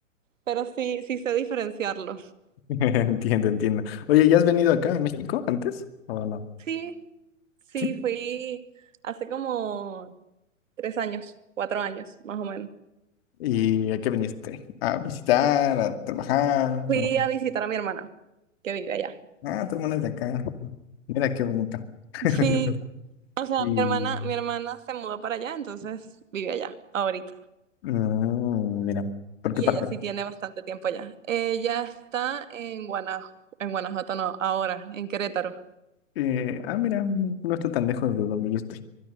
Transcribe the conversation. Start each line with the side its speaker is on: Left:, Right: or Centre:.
Right: pero sí, sí sé diferenciarlos.
Left: <laughs> Entiendo, entiendo. Oye, ¿ya has venido acá a México antes? ¿O no?
Right: Sí, sí,
Left: Sí.
Right: fui hace como tres años, cuatro años, más o menos.
Left: ¿Y a qué viniste? A visitar, a trabajar.
Right: Fui
Left: no.
Right: a visitar a mi hermana, que vive allá.
Left: Ah, tu hermana es de acá. Mira qué bonito. <laughs>
Right: Sí, o sea,
Left: Y...
Right: mi hermana, mi hermana se mudó para allá, entonces vive allá, ahorita.
Left: Mm, mira, ¿por qué
Right: Y
Left: parte?
Right: ella sí tiene bastante tiempo allá. Ella está en Guanajuato, en Guanajuato no, ahora, en Querétaro.
Left: eh, ah, mira, no está tan lejos de donde yo estoy.